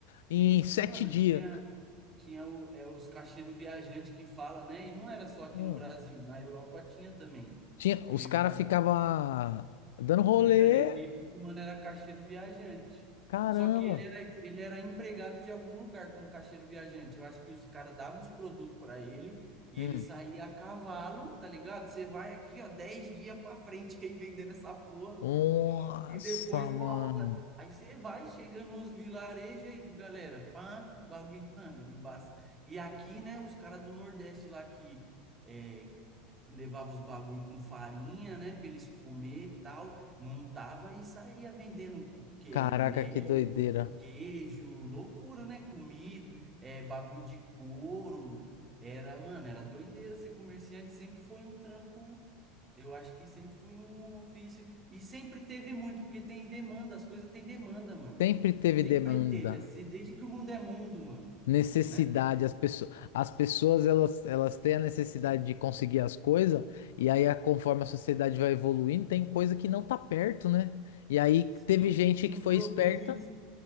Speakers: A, on the left (about 65°); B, on the right (about 25°).
A: em
B: E, isso,
A: sete
B: mano,
A: dias.
B: tinha, tinha o, é, os caixeiros viajantes que fala, né? E não era só aqui
A: Hum.
B: no Brasil, na Europa tinha também.
A: Tinha,
B: Porque
A: os caras
B: eu já,
A: ficavam dando rolê.
B: eu já li um livro que, mano, era caixeiro viajante.
A: Caramba.
B: Só que ele era, ele era empregado de algum lugar como caixeiro viajante. Eu acho que os caras davam os produtos para ele e
A: Hum.
B: ele saía a cavalo, tá ligado? Você vai aqui, ó, 10 dias para frente aí <laughs> vendendo essa porra.
A: Nossa,
B: E depois
A: mano.
B: volta. Aí você vai, chega nos vilarejos aí, galera, pá, bagulho, mano, embaça. E aqui, né, os caras do Nordeste lá que é, levava os bagulho com farinha, né, pra eles comer e tal, montava e saía vendendo que
A: Caraca,
B: é, mel,
A: que doideira.
B: queijo, loucura, né, comida, é, bagulho de couro. Era, mano, era doideira. Ser comerciante sempre foi um trampo eu acho que sempre foi um ofício e sempre teve muito, porque tem demanda, as coisas têm demanda, mano.
A: Sempre teve
B: Sempre
A: demanda.
B: teve assim, desde que o mundo é mundo, mano,
A: necessidade,
B: né?
A: as pessoas, as pessoas elas, elas têm a necessidade de conseguir as coisas, e aí a- conforme a sociedade vai evoluindo, tem coisa que não tá perto, né? E aí
B: Sim,
A: teve gente
B: que não
A: que foi
B: produz.
A: esperta,